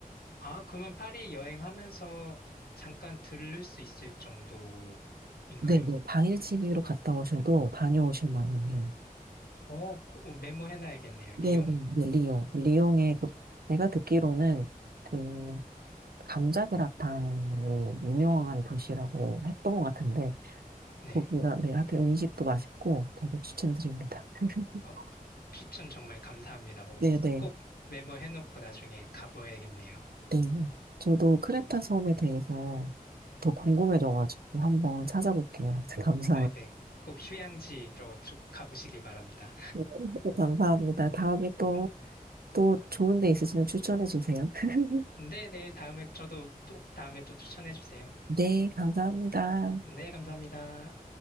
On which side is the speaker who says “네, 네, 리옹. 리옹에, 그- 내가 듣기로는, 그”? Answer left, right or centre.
Right